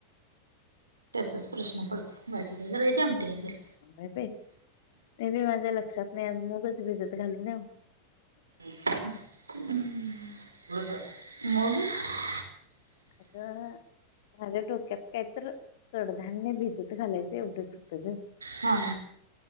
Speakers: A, on the right; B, on the left.
A: तसच प्रश्न पडते भाजी कागैरायची आमटी वगैरे
B: काय बा ते बी माझ्या लक्षात नाही आज मगच भिजत घालून या
A: म का
B: आता माझ्या डोक्यात काय तर चडधान्य भिजत घालायचं एवढंच होतं ग
A: हा